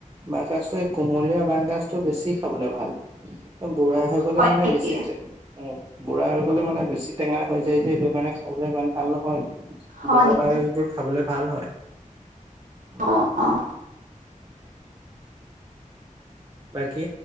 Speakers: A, on the right (about 30°); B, on the right (about 80°).
A: বাহ গাজটো কোমলীয়া বাগজটো বেছি খাবলৈ ভাল। বুঢ়া হৈ গ'লে
B: হয়
A: মানে
B: নেকি
A: বেছি অ বুঢ়া হৈ গ'লে মানে বেছি টেঙা হৈ যায় যে এইটো কাৰণে খাবলে ভাল। ভাল নহয়
B: হয়
A: বুঢ়া
B: নি
A: বাগজবোৰ খাবলে ভাল হয়। হম
B: অ অ
A: বাকী